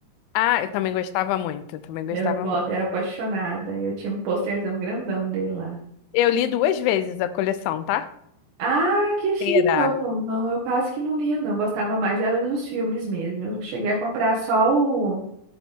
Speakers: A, on the left; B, on the right.
A: Ah, eu também gostava muito, eu também gostava
B: Harry Potter
A: muito.
B: era apaixonada. e Eu tinha um posterzão grandão dele lá.
A: Eu li duas vezes a coleção, tá?
B: Ah, que chique!
A: Inteira.
B: Eu não, não, eu quase que não lia, não. Eu gostava mais era dos filmes mesmo. Eu cheguei a comprar só o